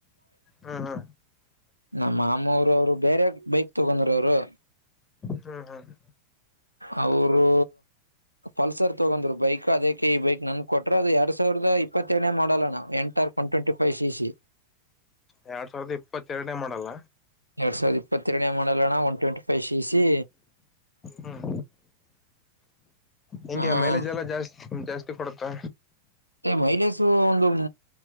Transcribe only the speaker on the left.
ಹಾ ಹಾ
ಹ್ಮ್ ಹ್ಮ್
ಹ
ಎರಡ್ ಸಾವಿರದ ಇಪ್ಪತ್ತೆರಡನೇ ಮಾಡಲ್ಲ
ಹ್ಮ್ ಹಿಂಗೆ
ಮೈಲೇಜ್ ಎಲ್ಲಾ ಜಾಸ್ತಿ ಜಾಸ್ತಿ ಕೊಡುತ್ತಾ